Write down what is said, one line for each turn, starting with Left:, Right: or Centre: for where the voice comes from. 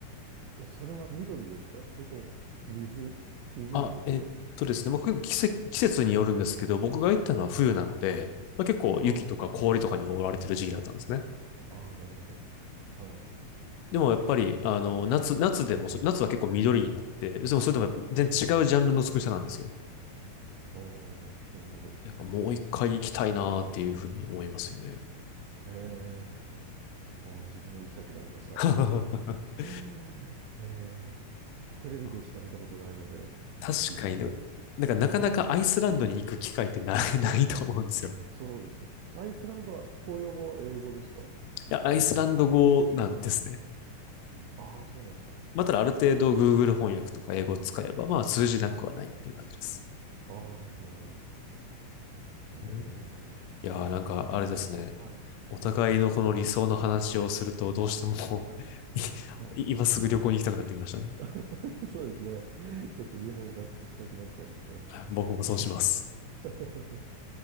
Right: え、それは緑ですかそれとも水、湖とかそういう。
Left: あ、えっとですね、僕、季節、季節によるんですけど、僕が行ったのは冬なので、まあ、結構雪とか氷とかに覆われてる時期だったんですね。
Right: ああ、はい。ああ、なるほど。はい、
Left: でもやっぱり、あの、夏、夏でもそ、夏は結構緑になって、でもそれでも全然違うジャンルの美しさなんですよ。
Right: はい。おー、なるほど。
Left: なんかもう一回行きたいなーっていうふうに思いますよね。
Right: ええああ、自分も行きたくなりました。
Left: <laughs>
Right: <laughs> ええテレビでしか見たことないので、
Left: あ確かにね。
Right: 行ってみたいです。
Left: なんかなかなかアイスランドに行く機会ってない、
Right: はい。
Left: <laughs> ないと思うんですよ。い
Right: そうですね。アイスランドは公用語は英語ですか
Left: や、アイスランド語なんですね。
Right: ああ、そうなんですか。
Left: まあただある程度 Google 翻訳とか英語を使えば、まあ通じなくはないっていう感じです。
Right: はい。ああ、なるほど。へえ。
Left: うんいやーなんかあれですね。
Right: はい。
Left: お互いのこの理想の話をするとどうしても
Right: はい。
Left: <laughs>
Right: はい。
Left: い今すぐ旅行に行きたくなってきましたね。
Right: <laughs> そうですね。ちょっと日本脱出したくなっちゃいますね。
Left: 僕もそうします。
Right: <laughs>